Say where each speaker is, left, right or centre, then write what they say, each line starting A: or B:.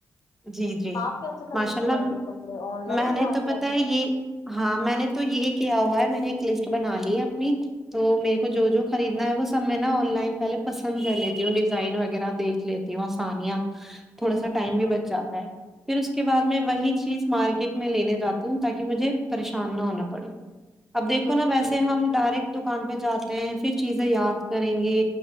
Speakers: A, in the centre; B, on the left.
A: جی جی
B: آپ کیسے خریدنے
A: ماشاء اللہ
B: والی ہو کپڑے آن لائن
A: میں نے
B: یا آف
A: تو پتا
B: لائن
A: ہے یہ ہاں میں نے تو یہ کیا ہوا ہے میں نے ایک لسٹ بنا لی ہے اپنی تو میرے کو جو جو خریدنا ہے وہ سب میں نا آن لائن پہلے پسند کر لیتی ہوں ڈزائن وغیرہ دیکھ لیتی ہوں کھانیا تھوڑا سا ٹائم
B: ہاں
A: بھی بچ جا ہے پھر اس کے بعد میں وہی چیز مارکیٹ میں لینے جاتی ہوں تاکہ مجھے پریشان نہ ہونا پڑے اب دیکھو
B: بالکل
A: نا ویسے ہم
B: بالکل
A: ڈائریکٹ دکان پہ جا تے ہیں پھر چیزیں یاد کریں گے